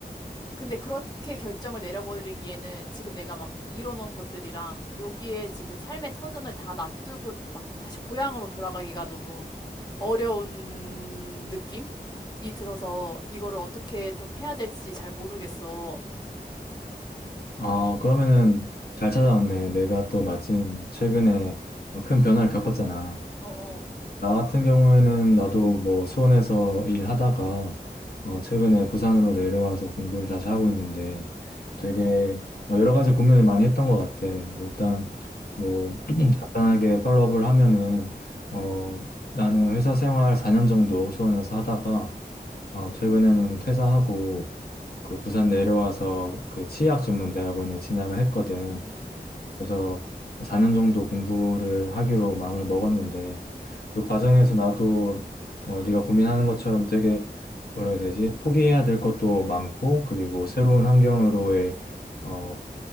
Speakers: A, on the left; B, on the left.
A: 근데 그렇게 결정을 내려버리기에는 지금 내가 막 이뤄놓은 것들이랑 여기에 지금 삶의 터전을 다 놔두고 막 다시 고향으로 돌아가기가 너무 어려운 느낌이 들어서 이거를 어떻게 좀 해야 될지 잘 모르겠어.
B: 아, 그러면은 잘 찾아왔네. 내가 또 마침 최근에 어, 큰 변화를 겪었잖아.
A: 어, 어.
B: 나 같은 경우에는 나도 뭐 수원에서 일하다가 어, 최근에 부산으로 내려와서 공부를 다시 하고 있는데 되게 어, 여러 가지 고민을 많이 했던 것 같아. 뭐 일단 뭐 <clears throat> 간단하게 팔로업을 하면은 어, 나는 회사 생활 4년 정도 수원에서 하다가 어, 최근에는 퇴사하고 그 부산 내려와서 그 치의학 전문대학원에 진학을 했거든.
A: 음, 음, 음, 음,
B: 그래서 4년 정도 공부를 하기로 마음을 먹었는데 그 과정에서 나도 어, 네가 고민하는 것처럼 되게 뭐라 해야 되지? 포기해야 될 것도 많고 그리고 새로운 환경으로의 어,